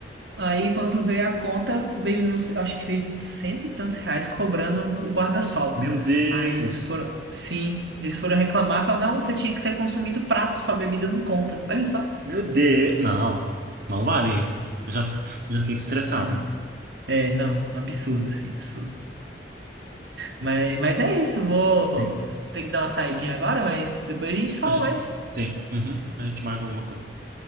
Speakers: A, on the right; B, on the right.
A: Aí quando veio a conta, veio, não sei, eu acho que veio cento e tantos reais cobrando o guarda-sol.
B: meu Deus.
A: Aí eles foram, sim, eles foram reclamar e falaram, não, você tinha que ter consumido prato, sua bebida não conta. Olha só.
B: Meu Deus. Não, não vale isso. Eu já, eu já fico estressado.
A: É, é, não, absurdo, assim, absurdo. Mas, mas é isso, vou, vou
B: Sim.
A: ter que dar uma saidinha agora, mas depois a gente fala
B: A gente,
A: mais.
B: sim, uhum, a gente marca alguma coisa.